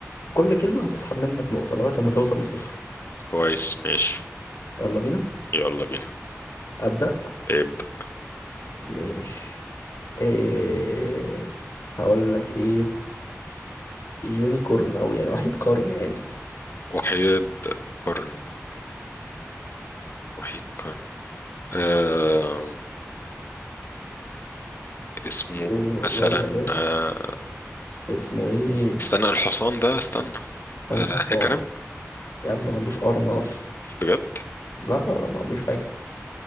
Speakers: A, on the left; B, on the left.
A: كل كلمة هتسحب منك نقطة لغاية ما توصل لصفر
B: كويس ماشي
A: يلا بينا
B: يلا بينا
A: أبدأ
B: ابدأ
A: مش إيه هقول لك إيه يونيكورن أو يعني وحيد قرن يعني
B: وحيد قرن وحيد قرن آه اسمه
A: ويلا
B: مثلا
A: يا باشا
B: آه
A: اسمه إيه
B: استنى الحصان ده استنى
A: أنهي
B: آه
A: حصان
B: هيكرم
A: يا عم ما عندوش قرن أصلا
B: بجد
A: لا لا ما عندوش حاجة